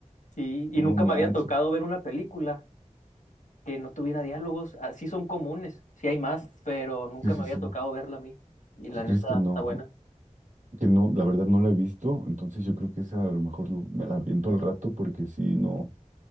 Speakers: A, on the left (about 75°); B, on the right (about 75°).
A: sí, y
B: No
A: nunca
B: manches.
A: me había tocado ver una película que no tuviera diálogos, ah, Sí, son comunes, sí hay más, pero nunca
B: Sí, sí,
A: me había
B: sí.
A: tocado verla a mí, y la
B: ¿Qué crees
A: neta
B: que no?
A: está buena.
B: Que no, la verdad no la he visto, entonces yo creo que esa a lo mejor lo- me la aviento al rato porque sí, no.